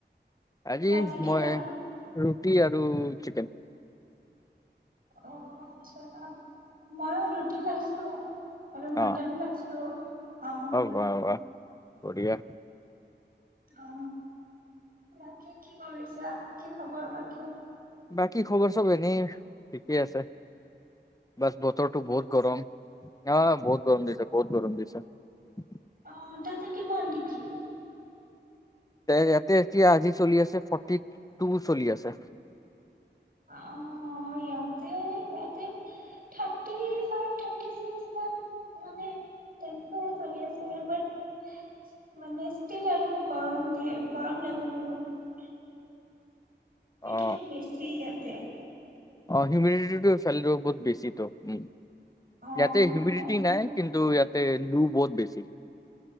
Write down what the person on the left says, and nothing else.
আজি
মই
ৰুটি আৰু চিকেন
অ
বাহ বাহ বঢ়িয়া
বাকী খবৰ চব এনেই ঠিকেই আছে বাছ বতৰটো বহুত গৰম অহ বহুত গৰম দিছে বহুত গৰম দিছে আছা
ইয়াতে এতিয়া আজি চলি আছে ফৰ্টি টু চলি আছে
অ
অ হিউমিডিটিটো চালিটো ওপৰত বেছি তো উ
ইয়াতে হিউমডিটি
নাই কিন্তু ইয়াতে তে দূৰ বৰ বেছি